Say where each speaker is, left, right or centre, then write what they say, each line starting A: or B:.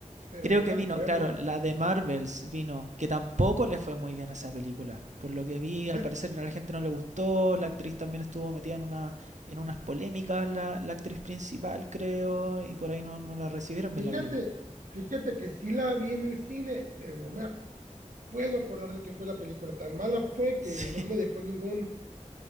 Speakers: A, on the right; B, on the right.
A: pero
B: Creo
A: no
B: que
A: me
B: vino,
A: acuerdo.
B: claro, la de Marvels vino, que tampoco le fue muy bien a esa película. Por lo que vi,
A: Fíjate,
B: al parecer a la gente no le gustó, la actriz también estuvo metida en una, en unas polémicas, la, la actriz principal, creo, y por ahí no, no la recibieron
A: fíjate,
B: bien la película.
A: fíjate que sí la vi en el cine, pero no me ac- puedo acordar de qué fue la película. Tan mala fue
B: <laughs>
A: que no me
B: Sí,
A: dejó ningún